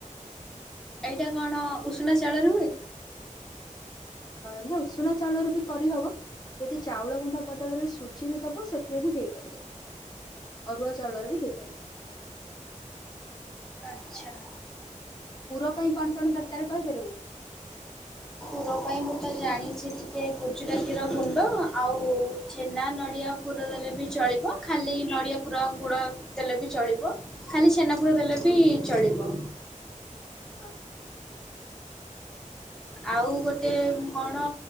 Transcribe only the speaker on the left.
ନା ଉଷୁନା ଚାଉଳରେ ବି କରିହବ। ଯଦି ଚାଉଳ ଗୁଣ୍ଡ ବଦଳରେ ସୁଜି ବି ଦବ ସେଥିରେ ବି ହେଇପାରିବ। ଅରୁଆ ଚାଉଳର ବି ହେଇପାରିବ।
ପୁର ପାଇଁ କଣ କଣ ଦରକାର କହିପାରିବୁ।
ହଁ।